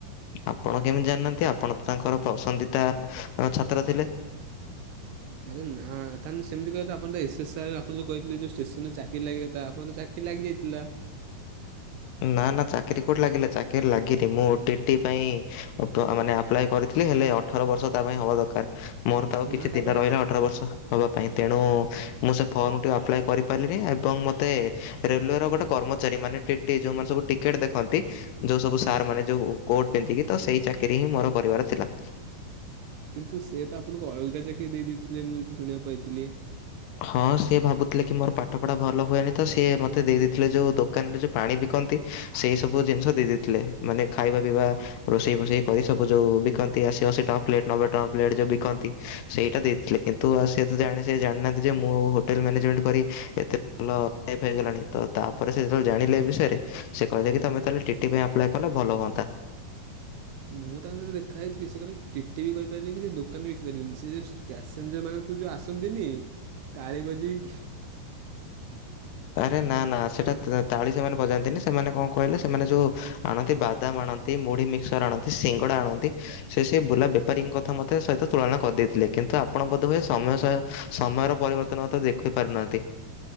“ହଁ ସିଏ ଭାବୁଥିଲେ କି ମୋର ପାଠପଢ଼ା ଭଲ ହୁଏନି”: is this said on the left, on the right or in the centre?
Left